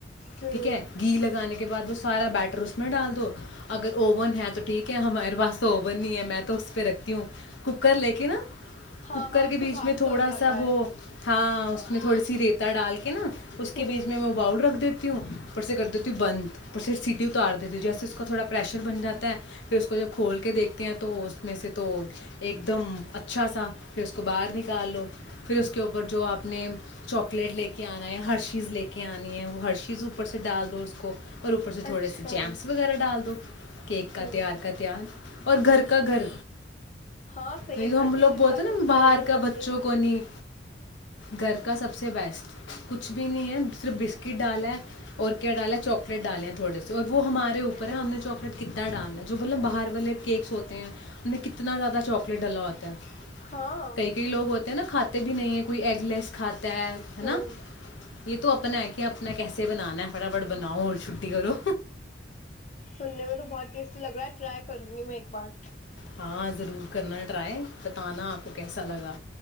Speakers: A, on the left; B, on the left.
A: ہوں
B: ٹھیک ہے گھی لگانے کے بعد وہ سارا بیٹر اس میں ڈال دو اگر اوون ہے تو ٹھیک ہے ہمارے پاس اوون نہیں ہے میں تو اس پہ رکھتی ہوں کوکر لے کے نا
A: ہاں
B: ککر
A: ہاں
B: کے
A: اس
B: بیچ
A: سے بھاپ
B: میں تھوڑا
A: سے ہو جاتا
B: سا وہ
A: ہے
B: ہاں اس میں تھوڑی سی ریتا ڈال کے نا اس کے
A: ہوں
B: بیچ میں باؤل رکھ دیتی ہوں پرس سے کر دیتی ہوں تی بند اور صرف سیٹی اتار دیتی ہوں جیسے اس کا تھوڑا پریشر بن جاتا ہے پھر اس کو جب کھول کے دیکھتی ہیں تو اس میں سے تو ایک دم اچھا سا پھر اس کو باہر نکال لو پھر اس کے اوپر جو آپ اپنے چاکلیٹ لے کے آنا ہے ہر چیز لے کے آنی ہے وہ ہر چیز اوپر سے ڈال دو اس کو اور اوپر سے تھوڑے
A: اچھا
B: سے جیمس وغیرہ ڈال دو کیک کا
A: ہوں
B: تیار کا تیار اور گھر کا گھر
A: ہاں صحیح
B: نہیں
A: ہے
B: تو
A: گھر
B: ہم
A: کی
B: لوگ
A: چیزیں
B: بولتے
A: زیادہ
B: ہیں نا
A: اچھے
B: باہر
A: نظر
B: کا
A: رہتی
B: بچوں
A: ہیں
B: کو نہیں گھر کا سب سے بیسٹ کچھ بھی نہیں ہے صرف بسکٹ ڈالا ہے اور کیا ڈالا ہے چاکلیٹ ڈالے ہیں تھوڑے سے اور وہ ہمارے اوپ ہے
A: ہوں
B: ہم نے چواکلیٹ کتنا ڈالنا ہے جو مطلب باہر والے کیکس ہوتے ہیں ان میں کتنا زیادہ چاکلیٹ ڈالا ہوتا ہے
A: ہاں
B: کئی کئی لوگ ہوتے نا کات بھی نہیں ہے کوئی ای رلس کھاتا ہے ہے نا
A: ہوں
B: یہ تو اپنا ہے کہ اپنا کیسے بنانا ہے فٹافٹ بناؤ اور چھٹی کرو
A: سننے میں تو بہت ٹیسٹی لگ رہا ہے ٹرائی کروں گی میں ایک بار
B: ہاں ضرور کرنا ٹرائی بتانا آپ کو کیسا لگا